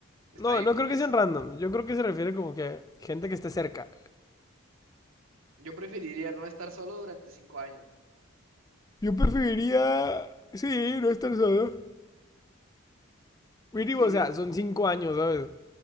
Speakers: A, on the right; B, on the left.
A: Está
B: No,
A: difícil.
B: no creo que sean random. Yo creo que se refiere como que gente que esté cerca.
A: Yo preferiría no estar solo durante cinco años.
B: Yo preferiría, sí, no estar solo. Mínimo,
A: Sí,
B: o sea,
A: no.
B: son cinco años, ¿sabes?